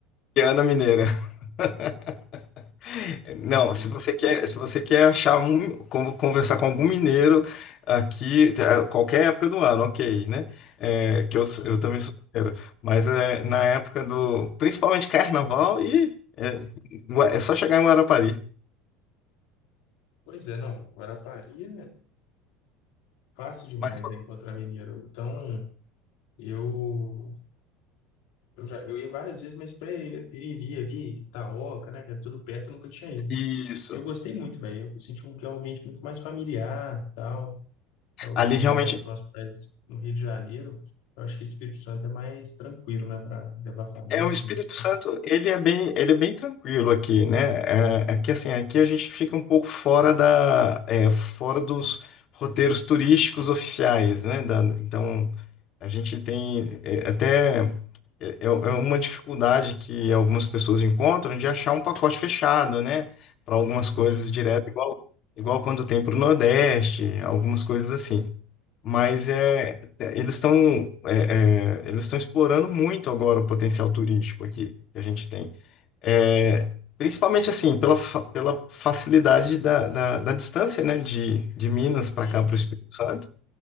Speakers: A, on the left; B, on the left.
A: E Ana Mineira. <laughs> Não,
B: Aí,
A: se você quer, se você quer achar um, con- conversar com algum mineiro aqui, tá, qualquer época do ano, ok, né? É, que eu, sou-
B: hum,
A: eu também sou mineiro. Mas é, na época do, principalmente carnaval e é, Gua- é só chegar em Guarapari.
B: pois é, não, Guarapari é fácil demais,
A: Mas
B: né, encontrar mineiro. Então, eu Eu já, eu ia várias vezes, mas pra Iriri ali, Itaoca, né, que era tudo perto, eu nunca tinha ido.
A: isso.
B: E eu gostei muito, velho. Eu senti um, que é um ambiente muito mais familiar, tal. Estava
A: Ali
B: acostumado
A: realmente
B: a ir para umas praias no Rio de Janeiro. Eu acho que Espírito Santo é mais tranquilo, né, para levar família,
A: É, o Espírito
B: sei
A: Santo,
B: lá.
A: ele é bem, ele é bem tranquilo aqui, né? É, é que assim, aqui a gente fica um pouco fora da, é, fora dos roteiros turísticos oficiais, né? Da- então, a gente tem é, até é, é é uma dificuldade que algumas pessoas encontram de achar um pacote fechado, né? Para algumas coisas
B: Uhum.
A: direto, igual, igual quando tem para o Nordeste, algumas coisas assim. Mas é, é, eles estão é, é, eles estão explorando muito agora o potencial turístico aqui que a gente tem. É, principalmente assim, pela, fa- pela facilidade da, da, da distância, né, de, de Minas para
B: Uhum.
A: cá, para o Espírito Santo,